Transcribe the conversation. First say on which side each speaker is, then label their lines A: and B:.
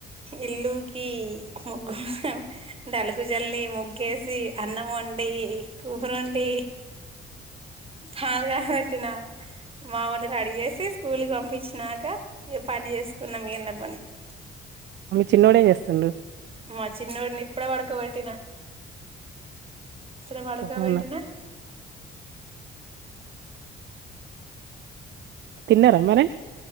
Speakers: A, on the right; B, on the right.
A: ఇల్లుకి ముగ్గు డలుగు జల్లి ముగ్గేసి అన్నం వండి కూర వండి చాాలుగా పెట్టినా మా వోని రెడీ చేసి స్కూల్కిి పంపించినాక ఏ పని చేసుకు న్న మీ <unintelligible>
B: చిన్నోడుేం చేస్తుండు
A: మా చిన్నోడిని ఇప్పుడే పడుకో పెట్టినా ఇప్పుడే పడుకో
B: అవునా
A: పెట్టిన
B: తిన్నారా మరి